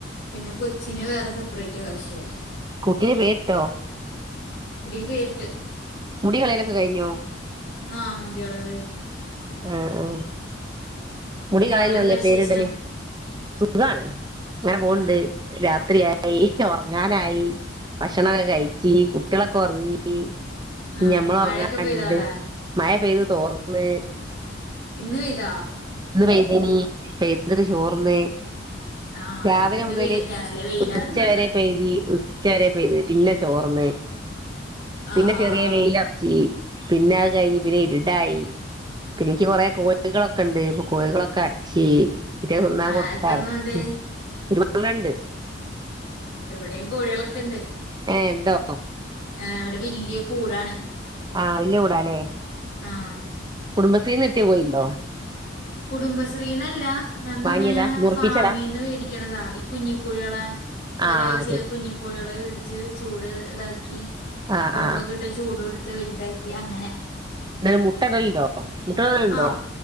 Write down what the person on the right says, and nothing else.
കുഞ്ഞിന് പേരിട്ടോ
മുടികളയലൊക്കെ കഴിഞ്ഞോ
ആ ആ മുടികളയലിന്നല്ലേ
പേരിടല് സുഖാണ് അങ്ങനെ പോണുണ്ട്
രാ ബിരിയാണി പിന്നെ ഉറങ്ങാനായി ഭക്ഷണം ഒക്കെ കഴിച്ച് കുട്ടികളൊക്കെ ഒറങ്ങി-
നമ്മൾ
ഉറങ്ങാൻ
ഉണ്ട്
മഴ പെയ്തു തോർന്നു <unintelligible>
ഇന്ന് പെയ്തീനി- പെയ്തത് ചോർന്ന്-
രാവിലെ
മുതൽ
ഉച്ചവരെ
പെയ്തി ഉച്ചവരെ പെയ്തുപിന്നെ തോർന്ന്
പിന്നെ
ചെറിയ
വേലി ഉദിച്ചു പിന്നെ അത് കഴിഞ്ഞു പിന്നെ ഇരുട്ടായി- എനിക്ക് വകറെ കോഴികളൊ ക്കെണ്ട് അപ്പം കോഴികളെയൊക്കെ അടച്ച് തിന്നാൻ
കൊടുത്ത്
അടച്ച് <unintelligible>
ഏഹ് ഉണ്ടോ
ആഹ് വല്യ കൂടാ അല്ലെ
കുടുംബത്തിന് കിട്ടിയ കോയിയുണ്ടോ
വാങ്ങിയതാ
മുറിപ്പിച്ചതാ
ആ
ശരി
ആ
ആ
അത് മുട്ടകൾ ഉണ്ടോ മുട്ടകൾ ഉണ്ടോ